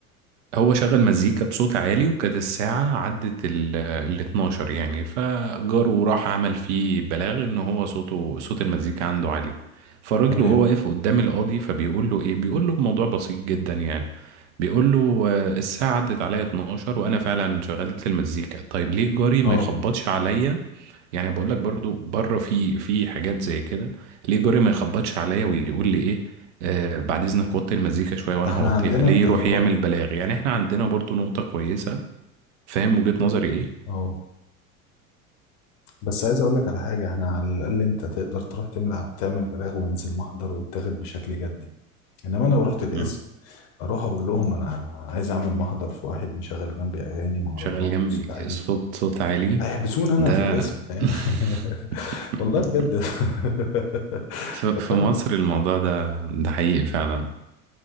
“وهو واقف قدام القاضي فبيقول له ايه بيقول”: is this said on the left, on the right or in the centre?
Right